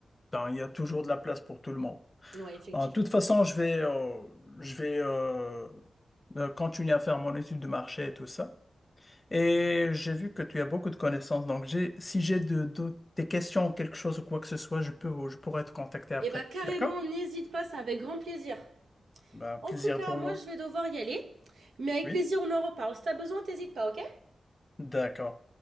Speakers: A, on the left (about 20°); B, on the right (about 80°).
A: Ben, il y a toujours de la place pour tout le monde.
B: Ouais, effectivement.
A: En toute façon, je vais, euh, je vais euh, euh, continuer à faire mon étude de marché et tout ça. Et j'ai vu que tu as beaucoup de connaissances, donc j'ai, si j'ai de, de- des questions, quelque chose ou quoi que ce soit, je peux, je pourrais te contacter après.
B: Et bah carrément,
A: D'accord?
B: n'hésite pas, c'est avec grand plaisir.
A: Ben, plaisir
B: En tout cas,
A: pour
B: moi,
A: moi.
B: je vais devoir y aller. Mais avec
A: Oui?
B: plaisir, on en reparle. Si t'as besoin, t'hésites pas, ok?
A: D'accord.